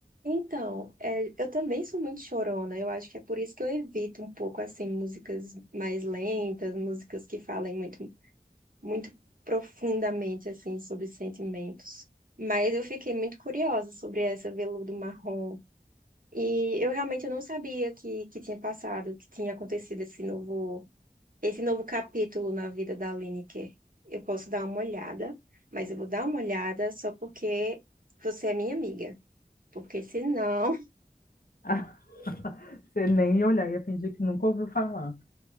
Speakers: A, on the right; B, on the left.
A: Então, é, eu também sou muito chorona. Eu acho que é por isso que eu evito um pouco assim músicas mais lentas, músicas que falem muito, muito profundamente assim sobre sentimentos. Mas eu fiquei muito curiosa sobre essa Veludo Marrom e eu realmente não sabia que, que tinha passado, que tinha acontecido esse novo esse novo capítulo na vida da Lineker. Eu posso dar uma olhada, mas eu vou dar uma olhada só porque você é minha amiga. Porque senão
B: Ah, <laughs> Você nem ia olhar, ia fingir que nunca ouviu falar.